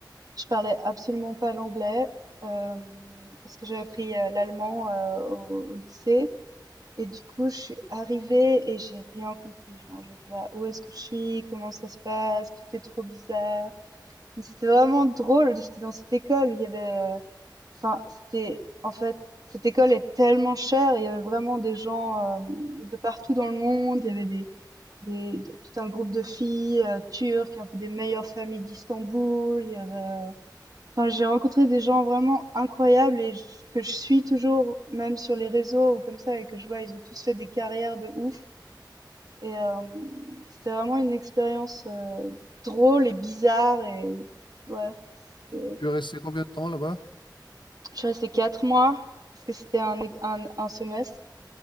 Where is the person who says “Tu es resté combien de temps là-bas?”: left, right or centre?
Left